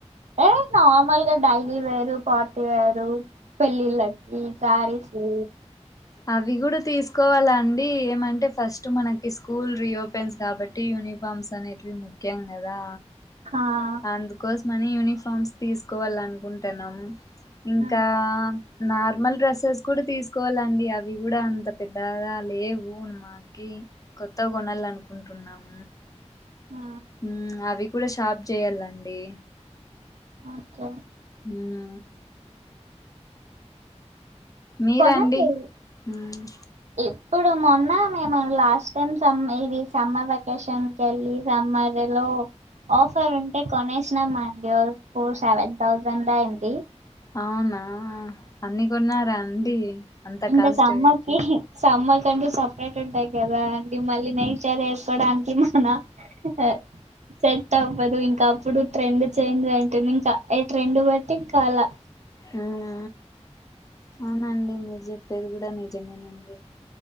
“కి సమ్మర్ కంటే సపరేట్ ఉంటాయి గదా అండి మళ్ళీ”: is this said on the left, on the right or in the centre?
Right